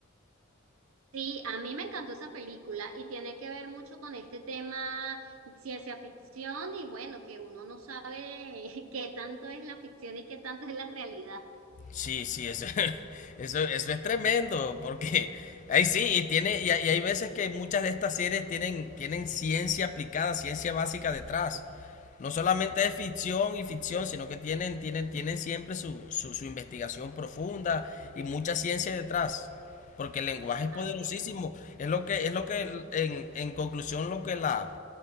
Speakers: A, on the right; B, on the left.
A: Sí, a mí me encantó esa película y tiene que ver mucho con este tema ciencia ficción y bueno, que uno no sabe <laughs> qué tanto es la ficción y qué tanto es la realidad.
B: Sí, sí, eso, <laughs> eso, eso es tremendo, porque ahí sí, y tiene, y, hay y hay veces que muchas de estas series tienen, tienen ciencia aplicada, ciencia básica detrás. No solamente es ficción y ficción, sino que tienen, tienen, tienen siempre su, su, su investigación profunda y mucha ciencia detrás. Porque el lenguaje es poderosísimo.
A: Ay, qué bueno.
B: Es lo que, es lo
A: Sí.
B: que, en, en conclusión, lo que la,